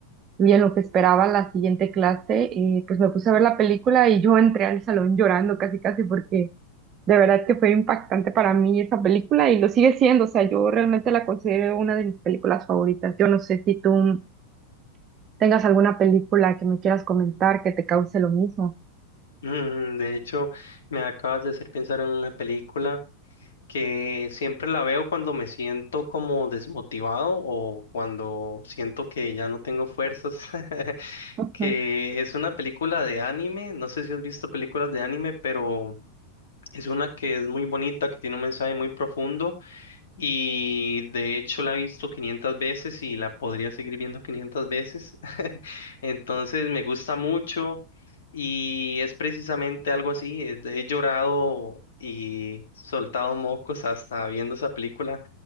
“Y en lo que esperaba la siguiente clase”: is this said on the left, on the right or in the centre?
Right